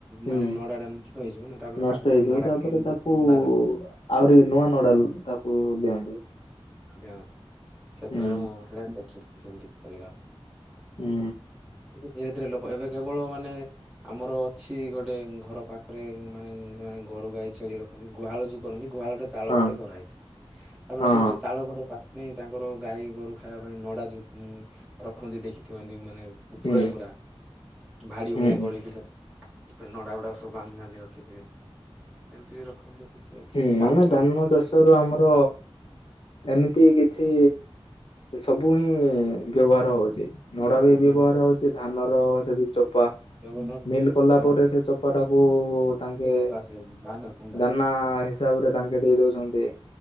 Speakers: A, on the left; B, in the centre.
A: ହୁଁ
B: ମାନେ ନଡ଼ା ଟା ନଷ୍ଟ ହେଇଯିବ ନା। ତାପରେ
A: ନଷ୍ଟ
B: ତାକୁ ପୁଣି
A: ହେଇଥିବ
B: ନଡା
A: ତାପରେ
B: କାଢିକି
A: ତାକୁ
B: ନଡା ରଖିବେ।
A: ଆହୁରି ନୂଆ ନଡ଼ା ତାକୁ ଦିଅନ୍ତି।
B: ଏମିତି ଆଉ ସେତେବେଳେ
A: ହୁଁ
B: ମୁଁ ହେରା ଦେଖିଛନ୍ତି କରିବାର।
A: ହୁଁ
B: ଧୀରେ ଧୀରେ ଲୋପ ଏବେ କେବଳ ମାନେ ଆମର ଅଛି ଗୋଟେ ଘର ପାଖରେ ମାନେ ଗୋରୁ ଗାଈ ଛେଳି ରଖନ୍ତି ଗୁହାଳ ଯୁ କରନ୍ତି ଗୁହାଳ ଟା ଚାଳ
A: ହଁ
B: ଘରେ କରାହେଇଛି ତାପରେ
A: ହଁ
B: ସେଟା ଚାଳ ଘରଟା ସିଏ ତାଙ୍କର ଗାଈ ଗୋରୁ ଖାଇବା ପାଇଁ ନଡ଼ା ଯୋଉ ରଖନ୍ତି ଦେଖିଥିବ ଏମିତି ମାନେ ଉପରେ
A: ହଁ ହୁଁ
B: ପୁରା ଭାଡ଼ି ଭଳିଆ
A: ହୁଁ
B: କରିକି ନଡ଼ା ଗୁଡ଼ା ସବୁ ବାନ୍ଧି ବାନ୍ଧି ରଖିଥିବେ ସେମିତି ବି ରଖନ୍ତି। କିଛି ଅଛି
A: ହୁଁ ମାନେ
B: ଆଗ କା
A: ଧାନ ଚାଷ ର ଆମର ଏମି କି କିଛି ସବୁ ହିଁ ବ୍ୟବହାର ହଉଚି। ନଡ଼ା
B: ସବୁ
A: ବି ବ୍ୟବହାର
B: ମାନେ
A: ହଉଚି ଧାନର ସେଯୋଉ ଚୋପା
B: ବ୍ୟବହାରରେ
A: ମିଲ୍ କଲା
B: ହଁ
A: ପରେ ସେ ଚୋପାଟାକୁ ତାଙ୍କେ
B: ଆସେ ଧାନ କୁଣ୍ଡା
A: ଦାନ ଆ ହିସାବ ରେ ତାଙ୍କେ ଦେଇ ଦଉଛନ୍ତି।